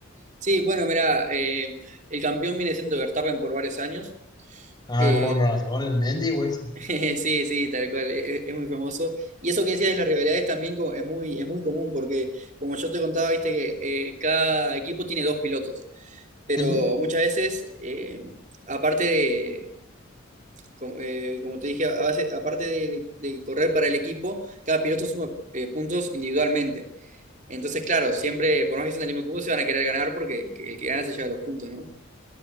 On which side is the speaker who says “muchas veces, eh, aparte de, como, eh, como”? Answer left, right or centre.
Right